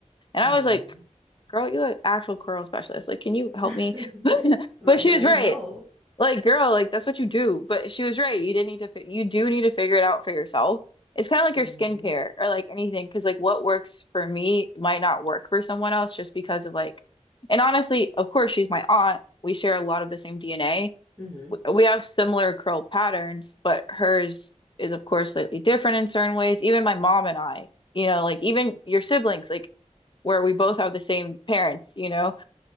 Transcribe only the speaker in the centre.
hmm
<laughs>
Right,
like
help.
hmm
hmm